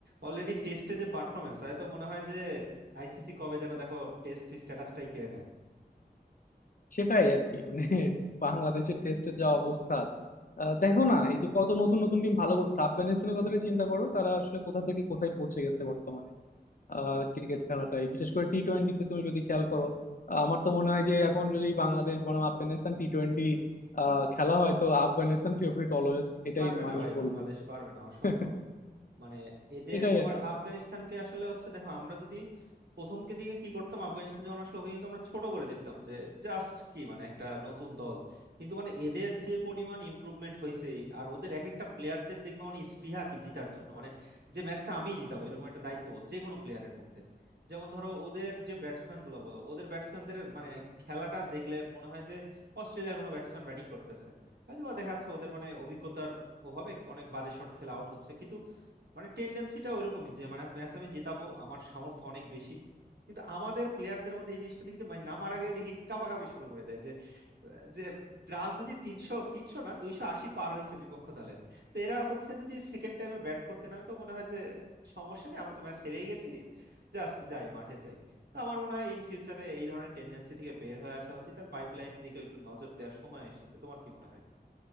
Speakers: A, on the right; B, on the left.
A: অলরেডি টেস্টে যে পারফরমেন্স তাই তো মনে হয় যে আইসিসি কবে যেন দেখো টেস্ট স্ট্যাটাসটাই কেড়ে নেয়
B: সেটাই আর কি মানে <laughs> বাংলাদেশের টেস্টের যা অবস্থা আহ, দেখো না এই যে কত নতুন নতুন টিম ভালো করছে আফগানিস্তানের কথাটা চিন্তা করো তারা আসলে কোথা থেকে কোথায় পৌঁছে গেছে বর্তমানে আহ ক্রিকেট খেলাটাই বিশেষ করে টি টোয়েন্টিতে তুমি যদি খেয়াল করো আহ, আমার তো মনে হয় যে এখন যদি বাংলাদেশ বনাম আফগানিস্তান টি টোয়েন্টি খেলা হয় তো আফগানিস্তান ফেভারিট অলওয়েজ এটাই
A: পারবে
B: মানুষ
A: না ভাই
B: বলবে
A: বাংলাদেশ পারবে না অসম্ভব
B: <laughs>
A: মানে এদের
B: এটাই
A: তোমার
B: আর কি
A: আফগানিস্তানকে আসলে হচ্ছে দেখো আমরা যদি প্রথম কি দিকে কি করতাম আফগানিস্তান যখন আসলো ওকে কিন্তু আমরা ছোট করে দেখতাম যে জাস্ট কি মানে একটা নতুন দল কিন্তু মানে এদের যে পরিমাণ ইমপ্রুভমেন্ট হয়েছে আর ওদের এক একটা প্লেয়ারদের দেখবে মানে স্পৃহা কি জিতার জন্য মানে যে ম্যাচটা আমিই জিতাবো এরকম একটা দায়িত্ব যে কোনো প্লেয়ারের মধ্যে যেমন ধরো ওদের যে ব্যাটসম্যান গুলো বলো ওদের ব্যাটসম্যানদের মানে খেলাটা দেখলে মনে হয় যে অস্ট্রেলিয়ার কোনো ব্যাটসম্যান ব্যাটিং করতেছে হয়তো বা দেখা যাচ্ছে ওদের মানে অভিজ্ঞতার অভাবে অনেক বাজে শট খেলে আউট হচ্ছে মানে টেন্ডেন্সিটা ওইরকমই যে মানে ম্যাচ আমি জেতাবো আমার সামর্থ্য অনেক বেশি কিন্তু আমাদের প্লেয়ারদের মধ্যে এই জিনিসটা দেখি যে মানে নামার আগে দেখি কাঁপাকাঁপি শুরু করে দেয় যে আহ, যে রান যদি তিনশো তিনশো না দুইশো আশি পার হয়েছে বিপক্ষ দলের তো এরা হচ্ছে যদি সেকেন্ড টাইমে ব্যাট করতে নামে তো মনে হয় যে সমস্যা নেই আমরা তো ম্যাচ হেরেই গেছি জাস্ট যাই মাঠে যাই তো আমার মনে হয় ইন ফিউচারে এই ধরনের টেন্ডেন্সি থেকে বের হয়ে আসা উচিত আর পাইপলাইন দিকে একটু নজর দেওয়ার সময় এসেছে তোমার কি মনে হয়